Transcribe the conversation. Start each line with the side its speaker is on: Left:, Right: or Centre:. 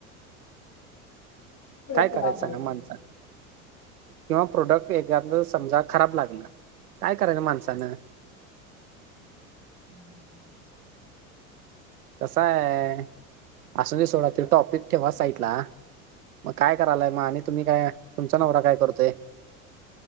Left: <unintelligible>
Right: काय करायचं
Left: वापरला.
Right: सांगा माणसान. किंवा प्रोडक्ट एकाद समजा खराब लागल. काय करायच माणसानं.
Left: हम्म.
Right: कस आहे. असूदे सोडा तो टॉपिक ठेवा साईडला. मग काय करायालाय मग आणि तुम्ही काय? तुमचा नवरा काय करतोय?